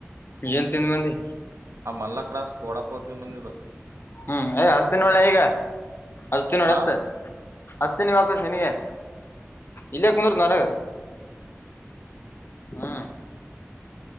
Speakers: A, on the left; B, on the right.
A: ಏನ್ ತಿನ್ ಮಂದಿ
B: ಆ ಮಲ್ಲ ಕ್ರಾಸ್ ಕೂಡ ಪತೀ ನಿಂದದು
A: ಹ್ಮ್ ಯ ಹಸ್ತಿನೋಳೆ ಈಗ ಹಸ್ತಿನೋಳ
B: ಆ
A: ಎತ್ ಅಷ್ಟತಿನಗ ಆಪೀಸ್ ನಿನಗೆ ಇಲ್ಲಯ ಕುಂದರು ನನಗೆ ಹಾ